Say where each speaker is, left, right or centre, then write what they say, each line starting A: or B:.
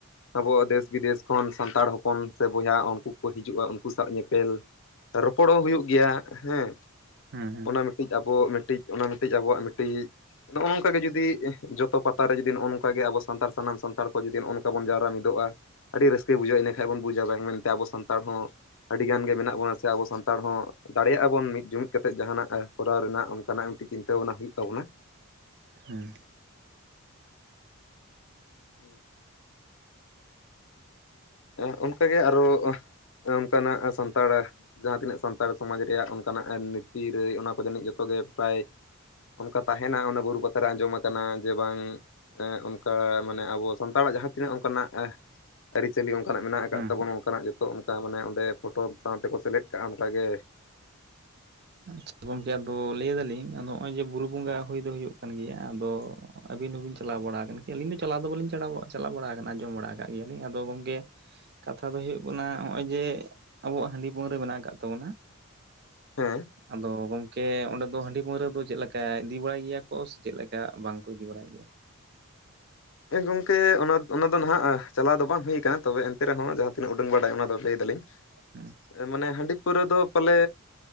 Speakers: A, on the left (about 55°); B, on the right (about 45°).
A: ᱟᱵᱚ ᱫᱮᱥ-ᱵᱤᱫᱮᱥ ᱠᱷᱚᱱ ᱥᱟᱱᱛᱟᱲ ᱦᱚᱯᱼᱼ ᱚᱯᱚᱱ ᱥᱮ ᱵᱚᱭᱦᱟ ᱩᱱᱠᱩ ᱠᱚ ᱦᱤᱡᱩᱜ-ᱟ ᱩᱱᱠᱩ ᱥᱟᱣ ᱧᱮᱯᱮᱞ ᱨᱚᱯᱚᱲᱚᱜ ᱦᱩᱭᱩᱜᱼᱼ ᱜᱮᱭᱟ ᱦᱮᱸ
B: ᱦᱮᱸ ᱦᱮᱸ
A: ᱚᱱᱟ ᱢᱤᱫᱴᱤᱡ ᱟᱵᱚ ᱢᱤᱫᱴᱤᱡ ᱚᱱᱟ ᱢᱤᱫᱴᱤᱡ ᱟᱵᱚᱣᱟᱜ ᱢᱤᱴᱤᱡᱼᱼ ᱱᱚᱜ-ᱚ ᱱᱚᱝᱠᱟ ᱜᱮ ᱡᱩᱫᱤ ᱮᱸ ᱡᱚᱛᱚ ᱯᱟᱛᱟ ᱨᱮ ᱡᱩᱫᱤ ᱱᱚᱜ-ᱚ ᱱᱚᱝᱠᱟ ᱜᱮ ᱟᱵᱚ ᱥᱟᱱᱟᱢ ᱥᱟᱱᱛᱟᱲ ᱠᱚ ᱡᱩᱫᱤ ᱱᱚᱜ-ᱚ ᱱᱚᱝᱠᱟ ᱵᱚᱱ ᱡᱟᱣᱨᱟ ᱢᱤᱫᱚᱜ-ᱟᱼᱼ ᱟᱹᱰᱤ ᱨᱟᱹᱥᱠᱟᱹ ᱵᱩᱡᱷᱟᱹᱜ-ᱟ ᱤᱱᱟᱹ ᱠᱷᱟᱡ ᱵᱚᱱ ᱵᱩᱡᱽ-ᱟ ᱵᱟᱝ ᱢᱮᱱᱛᱮ ᱟᱵᱚ ᱥᱟᱱᱛᱟᱲ ᱦᱚᱸᱼᱼ ᱟᱹᱰᱤᱜᱟᱱ ᱜᱮ ᱢᱮᱱᱟᱜ ᱵᱚᱱᱟ ᱥᱮ ᱟᱵᱚ ᱥᱟᱱᱛᱟᱲ ᱦᱚᱸᱼᱼ ᱫᱟᱲᱮᱭᱟᱜ-ᱟ ᱵᱚᱱ ᱢᱤᱫ ᱡᱩᱢᱤᱫᱽ ᱠᱟᱛᱮᱜ ᱡᱟᱦᱟᱱᱟᱜ ᱠᱚᱨᱟᱣ ᱨᱮᱱᱟᱜ ᱚᱱᱠᱟᱱᱟᱜ ᱢᱤᱫᱴᱤᱡ ᱪᱤᱱᱛᱟᱹ ᱵᱷᱟᱵᱱᱟ ᱦᱤᱭᱩᱜ ᱛᱟᱵᱚᱱᱟ᱾
B: ᱦᱩᱸ
A: <inaudible> ᱮᱸ ᱚᱱᱠᱟᱜᱮ ᱟᱨᱚ ᱚᱱᱠᱟᱱᱟᱜ ᱥᱟᱱᱛᱟᱲᱼᱼ ᱡᱟᱦᱟ ᱛᱤᱱᱟᱹᱜ ᱥᱟᱱᱛᱟᱲ ᱥᱚᱢᱟᱡᱽ ᱨᱮᱭᱟᱜ ᱚᱱᱠᱟᱱᱟᱜ ᱱᱤᱛᱤ ᱨᱮᱹᱭ ᱚᱱᱟ ᱠᱚ ᱡᱟᱹᱱᱤᱡ ᱡᱚᱛᱚᱜ ᱜᱮ ᱯᱮᱨᱟᱭᱼᱼ ᱚᱱᱠᱟ ᱛᱟᱦᱮᱸᱱᱟ ᱚᱱᱟ ᱵᱩᱨᱩ ᱯᱟᱛᱟ ᱨᱮ ᱟᱸᱡᱚᱢ ᱟᱠᱟᱱᱟ ᱡᱮ ᱵᱟᱸᱝᱼᱼ ᱮᱸ ᱚᱱᱠᱟ ᱢᱟᱱᱮ ᱟᱵᱚ ᱥᱟᱱᱛᱟᱲᱟᱜ ᱡᱟᱦᱟᱸ ᱛᱤᱱᱟᱹᱜ ᱚᱱᱠᱟᱱᱟᱜᱼᱼ ᱪᱟᱹᱞᱤ ᱚᱱᱠᱟᱱᱟᱜ ᱢᱮᱱᱟᱜ ᱟᱠᱟᱫ
B: ᱦᱮᱸ
A: ᱛᱟᱵᱚᱱ
B: ᱦᱮᱸ
A: ᱚᱱᱠᱟᱱᱟᱜ ᱡᱚᱛᱚ ᱚᱱᱠᱟ ᱢᱟᱱᱮ ᱚᱸᱰᱮ ᱯᱚᱴᱚᱢ ᱥᱟᱸᱣᱛᱮᱠᱚ ᱥᱮᱞᱮᱫ ᱠᱟᱜ-ᱟ ᱚᱱᱠᱟᱜᱮᱼᱼ
B: ᱟᱪᱪᱷᱟ ᱜᱚᱝᱠᱮ ᱟᱫᱚ ᱞᱟᱹᱭ ᱫᱟᱞᱤᱧ ᱟᱫᱚ ᱱᱚᱜ-ᱚᱭ ᱡᱮ ᱵᱩᱨᱩ ᱵᱚᱸᱜᱟ ᱦᱩᱭ ᱫᱚ ᱦᱩᱭᱩᱜ ᱠᱟᱱ ᱜᱮᱭᱟ ᱟᱫᱚᱼᱼ ᱟᱹᱵᱤᱱ ᱦᱚᱸᱵᱤᱱ ᱪᱟᱞᱟᱣ ᱵᱟᱲᱟ ᱟᱠᱟᱱ ᱜᱮᱭᱟ ᱟᱹᱞᱤᱧᱫᱚ ᱪᱟᱞᱟᱣ ᱫᱚ ᱵᱟᱞᱤᱧ ᱪᱟᱞᱟᱣ ᱵᱟᱲᱟ ᱟᱠᱟᱱᱟ ᱟᱸᱡᱚᱢ ᱵᱟᱲᱟ ᱠᱟᱫ ᱜᱮᱭᱟᱞᱤᱧ ᱟᱫᱚ ᱜᱚᱢᱠᱮᱼᱼ ᱠᱟᱛᱷᱟ ᱫᱚ ᱦᱳᱭᱜ ᱠᱟᱱᱟ ᱦᱚᱸᱜ-ᱚᱭ ᱡᱮ ᱟᱵᱚᱣᱟᱜ ᱦᱟᱺᱰᱤ ᱯᱟᱹᱣᱨᱟᱹ ᱢᱮᱱᱟᱜ ᱟᱠᱟᱜ ᱛᱟᱵᱚᱱᱟᱼᱼ
A: ᱦᱮᱸ
B: ᱟᱫᱚ ᱜᱚᱢᱠᱮ ᱚᱸᱰᱮ ᱫᱚ ᱦᱟᱺᱰᱤ ᱯᱟᱹᱣᱨᱟᱹ ᱫᱚ ᱪᱮᱫ ᱞᱮᱠᱟ ᱤᱫᱤ ᱵᱟᱲᱟᱭ ᱜᱮᱭᱟ ᱠᱚ ᱥᱮ ᱪᱮᱫ ᱞᱮᱠᱟ ᱵᱟᱝ ᱠᱚ ᱤᱫᱤ ᱵᱟᱲᱟᱭ ᱜᱮᱭᱟ?
A: ᱦᱮᱸ ᱜᱚᱝᱠᱮ ᱚᱱᱟ ᱚᱱᱟᱫᱚ ᱱᱷᱟᱜ ᱪᱟᱞᱟᱣ ᱫᱚ ᱵᱟᱝ ᱦᱩᱭ ᱠᱟᱱᱟ ᱛᱚᱵᱮ ᱮᱱᱛᱮ ᱨᱮᱦᱚᱸ ᱡᱟᱦᱟ ᱛᱤᱱᱟᱹᱜ ᱩᱰᱟᱹᱝ ᱵᱟᱲᱟᱭ ᱚᱱᱟ ᱫᱚ ᱞᱟᱹᱭ ᱫᱟᱞᱤᱧ᱾
B: ᱦᱩᱸ
A: ᱮᱸ ᱢᱟᱱᱮ ᱦᱟᱺᱰᱤ ᱯᱟᱹᱣᱨᱟᱹ ᱫᱚ ᱯᱟᱞᱮᱼᱼ